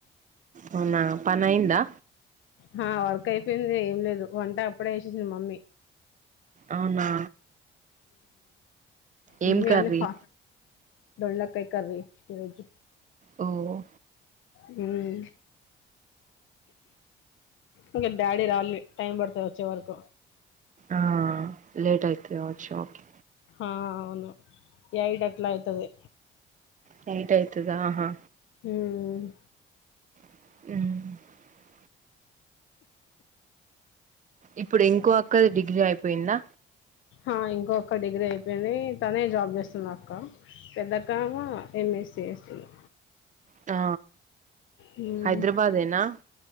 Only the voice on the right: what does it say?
అవునా పని అయిందా
అవునా. ఏం
కర్రీ
మ్
ఆ లేట్ అయితుది వచ్చ ఓకే
నైట్ అయితదా ఆహా
మ్ ఇప్పుడు ఇంకో అక్కది డిగ్రీ అయిపోయిందా
ఆ
హైదరాబాదేనా